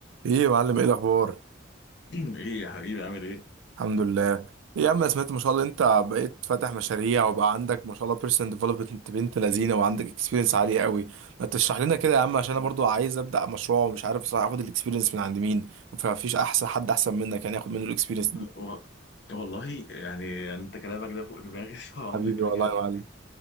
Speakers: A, on the right; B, on the left.
A: ايه يا معلم ايه الاخبار
B: <clears throat> ايه يا حبيبي عامل ايه؟
A: الحمد لله ايه يا عم أنا سمعت ما شاء الله انت بقيت فاتح مشاريع وبقى عندك ما شاء الله بيرسونال ديفلوبمنت بنت لذينه وعندك اكسبيرينس عاليه قوي ما تشرح لنا كده يا عم عشان انا برضو عايز ابدا مشروع ومش عارف بصراحه اخد الاكسبيرينس من عند مين فمفيش
B: <clears throat>
A: احسن حد احسن منك يعني اخد منه الاكسبيرينس دي
B: و... والله يعني انت كلامك ده فوق دماغي <laughs> طبعا
A: حبيبي
B: ده كده
A: والله
B: كده
A: يا معلم